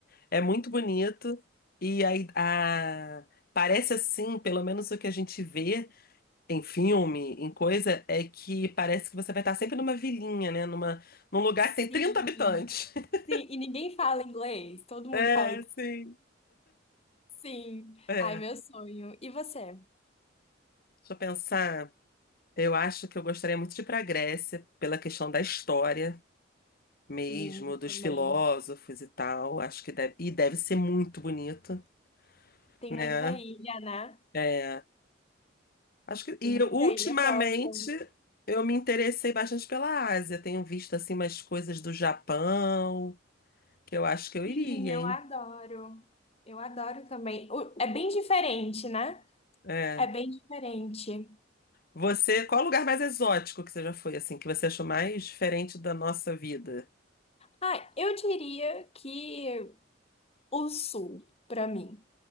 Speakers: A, on the left; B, on the left.
A: É muito bonito e aí a, parece assim, pelo menos o que a gente vê em filme, em coisa, é que parece que você vai estar sempre numa vilinha, né? Numa, num lugar
B: Sim.
A: que tem 30 habitantes. <laughs>
B: Sim, e ninguém fala inglês, todo mundo
A: É,
B: fala
A: sim.
B: Sim.
A: É.
B: Ai, meu sonho. E você?
A: Deixa eu pensar. Eu acho que eu gostaria muito de ir para a Grécia, pela questão da história mesmo,
B: Lindo
A: dos
B: também.
A: filósofos e tal. Acho que deve, e deve ser muito bonito,
B: Tem
A: né?
B: muita ilha, né?
A: É, acho que, e
B: Tem muita
A: ultimamente
B: ilha, eu gosto.
A: eu me interessei bastante pela Ásia. Tenho visto assim umas coisas do Japão, que eu acho que eu iria,
B: Sim, eu
A: hein?
B: adoro. Eu adoro também. O- É bem diferente, né?
A: É.
B: É bem diferente.
A: Você, qual o lugar mais exótico que você já foi, assim, que você achou mais diferente da nossa vida?
B: Ah, eu diria que o sul, pra mim,